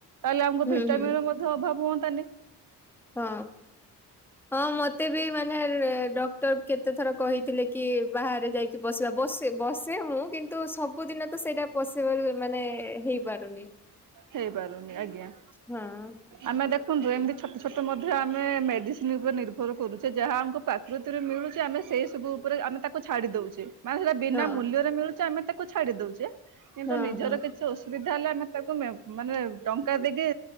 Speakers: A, on the right (about 50°); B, in the centre.
A: ତାହେଲେ ଆମକୁ
B: ହୁଁ
A: ଭିଟାମିନ
B: ହୁଁ।
A: ର ମଧ୍ୟ ଅଭାବ ହୁଅନ୍ତା ତାନି।
B: ହଁ। ହଁ ମତେ ବି ମାନେ ଡକ୍ଟର କେତେ ଥର କହିଥିଲେ କି ବା ବାହାରେ ଯାଇକି ବସ ବସେ ବସେ ମୁଁ କିନ୍ତୁ ସବୁଦିନ ତ ସେଇଟା ପସିବୁଲ୍ ମାନେ ହେଇ ପାରୁନି
A: ହେଇପାରୁନି ଆଜ୍ଞା।
B: ହଁ
A: ଆମେ ଦେଖନ୍ତୁ ଏମିତି ଛୋଟ ଛୋଟ ମଧ୍ୟ ଆମେ ମେଡିସିନ ଉପରେ ନିର୍ଭର କରୁଛେ ଯାହା ଆମକୁ ବୃତିରେ ମିଳୁଛି ଆମେ ସେଇ ସବୁ ଉପରେ ଆମେ ତାକୁ ଛାଡି ଦଉଛେ ମାନେ ସେଟା ବିନା
B: ହଁ
A: ମୂଲ୍ୟରେ ମିଳୁଛି ଆମେ ତାକୁ ଛାଡି ଦଉଛେ କିନ୍ତୁ
B: ହଁ
A: ନିଜର
B: ହଁ
A: କିଛି ସେ ଅସୁବିଧା ହେଲେ ଆମେ ତାକୁ ମାନେ ଟଙ୍କା ଦେଇକି